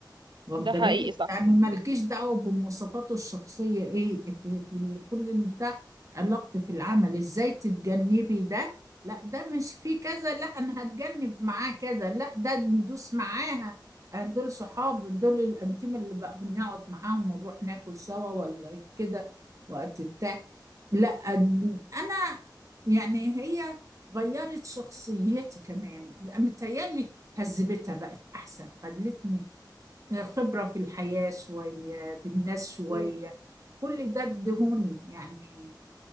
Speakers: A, on the right; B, on the right.
A: واخده
B: ده حقيقي
A: بالك
B: صح
A: يعني مالكيش دعوه بمواصفاته الشخصيه ايه إت- ال- كل البتاع علاقتي في العمل ازاي تتجنبي ده لا ده مش فيه كذا لا انا هتجنب معاه كذا لا ده ندوس معاها آه، دول صحاب دول الانتيم اللي بقى بنقعد معاهم ونروح ناكل سوا ولا كده وقت بتاع لا أد- انا يعني هي غيرت شخصيتي كمان متهيألي هذبتها بقت احسن خلتني خبرة في الحياة شوية بالناس شوية
B: مم.
A: كل ده ادهوني يعني